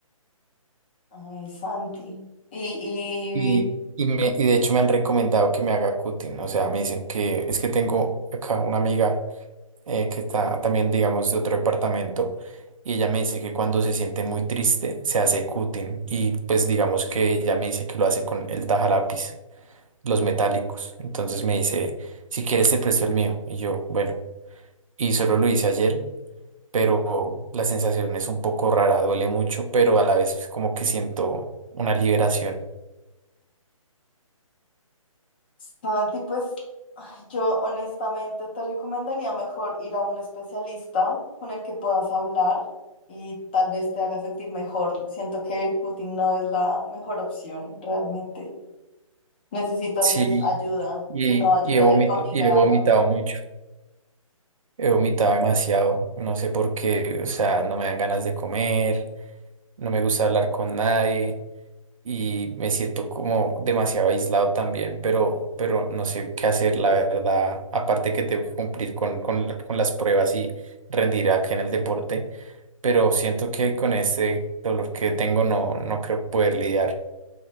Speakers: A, on the left; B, on the right.
A: Ay, Santi. Y,
B: Y, y, me- y de hecho me han recomendado que me haga cutting, o sea, me dicen que es que tengo acá una amiga eh, que está también, digamos, de otro departamento, y ella me dice que cuando se siente muy triste se hace cutting, y pues digamos que ella me dice que lo hace con el tajalápiz, los metálicos. Entonces me dice, si quieres te presto el mío, y yo, bueno. Y solo lo hice ayer pero la sensación es un poco rara, duele mucho, pero a la vez es como que siento una liberación.
A: Santi, pues ay, yo honestamente te recomendaría mejor ir a un especialista con el que puedas hablar y tal vez te haga sentir mejor. Siento que el cutting no es la mejor opción realmente. Necesitas
B: Sí,
A: es ayuda
B: y,
A: y no ayuda
B: y he vomit-
A: de tu amiga,
B: y he vomitado mucho, he vomitado demasiado, no sé por qué, o sea, no me dan ganas de comer, no me gusta hablar con nadie y me siento como demasiado aislado también, pero, pero no sé qué hacer, la verdad, aparte que tengo que cumplir con, con, con las pruebas y rendir acá en el deporte. pero siento que con este dolor que tengo no, no creo poder lidiar.